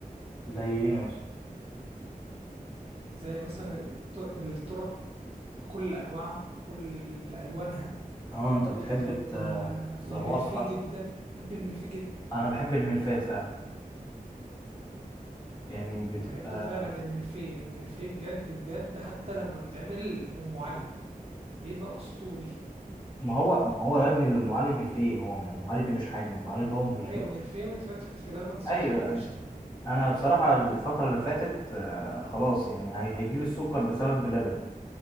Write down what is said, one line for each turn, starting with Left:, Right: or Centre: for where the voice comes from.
Left: زي ايه يا اسطى
Right: زي مثلا الت- الترط بكل أنواعها بكل ألوانها
Left: اه انت بتحب
Right: بحب
Left: الت-
Right: ال-
Left: الزرواطه
Right: الملفيه
Left: بقى
Right: جدا بحب الملفيه جدا
Left: انا بحب الملفات فعلا يعني بتبقى
Right: انا بحب فعلا الملفيه الملفيه بجد بجد حتى لما بيتعمل بأم علي بيبقى اسطوري
Left: ما هو ما هو يا ابني اللي ام علي ملفيه هو ام علي ده مش حاجه ام علي ده هو ملفيه
Right: ايوه ملفيه
Left: اصلا
Right: متفتفت في لبن سخن
Left: ايوه
Right: وقشطه
Left: انا بصراحه الفتره اللي فاتت آه، خلاص يعني هي- هيجيلي السكر بسبب بلبن